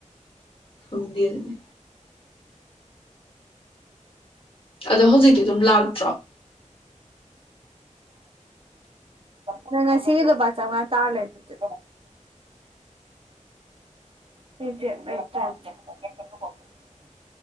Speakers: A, on the left; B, on the right.
A: ꯈꯪꯗꯦ ꯑꯗꯨꯅꯦ ꯑꯗꯣ ꯍꯧꯖꯤꯛꯇꯤ ꯑꯗꯨꯝ ꯂꯥꯛꯇ꯭ꯔꯣ
B: ꯑ ꯅꯪ ꯉꯥꯁꯤꯒꯤ ꯂꯨꯄꯥ ꯆꯧꯉꯥ ꯇꯥꯜꯂꯦ ꯑꯗꯨꯗꯤ <unintelligible>